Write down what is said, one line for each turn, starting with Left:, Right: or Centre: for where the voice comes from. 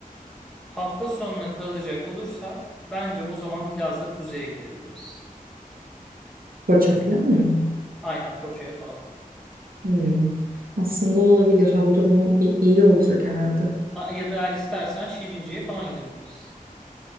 Centre: Hafta sonuna kalacak olursak bence o zaman biraz da kuzeye gidebiliriz.
Right: Koça falan mı?
Centre: Aynen Foça'ya falan.
Right: Hmm. Aslında olabilir. Hava durumu i- iyi olacak herhalde.
Centre: A- Ya da eğer istersen Şirince'ye falan gidebiliriz.